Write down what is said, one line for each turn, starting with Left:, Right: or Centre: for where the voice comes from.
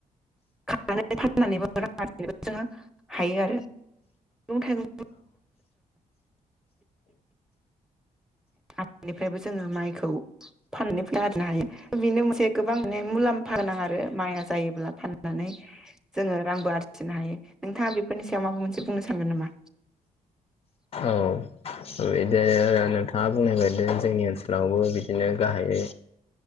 Centre: <unintelligible> फनानैबो रां आरजिसनोबो जोङो हायो आरो मैगं थाइगं आनिफ्रायबो जोङो माइखौ फाननानै फैसा आरजिनो हायो बेनो मोनसे गोबां मुलाम्फा नां आरो माइया जायोब्ला फाननो जोङो रांबो आरजिनो हायो नोंथाङा बेफोरनि सायाव माबा मोनसे बुंनो सानगोन नामा
Left: औ बिदिनो नोंथाङा बुंनाय बायदि जोंनि ओनसोल ओनसोलावबो बिदिनो गाहायै